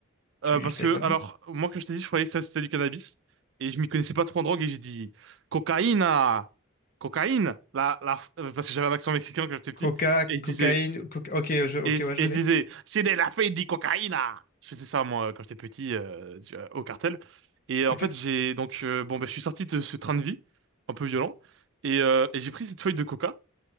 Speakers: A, on the left; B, on the right.
A: tu
B: euh, parce
A: t'avais
B: que,
A: pas le
B: alors,
A: nom.
B: moi, comme je t'ai dit, je croyais que ça c'était du cannabis, et je m'y connaissais pas trop en drogue, et j'ai dit, cocaïne, ah, cocaïne, la, la, euh, parce que j'avais un accent mexicain quand j'étais petit,
A: Coca,
B: et je
A: cocaïne,
B: disais,
A: coca... Ok, je... ok,
B: Et, je
A: ouais, je
B: et
A: l'ai.
B: je disais, c'est de la feuille de cocaïne! Je faisais ça, moi, quand j'étais petit, euh, tu vois, au cartel. Et euh, en
A: Ok.
B: fait, j'ai donc, euh, bon, ben, je suis sorti de ce train de vie, un peu violent, et, euh, et j'ai pris cette feuille de coca.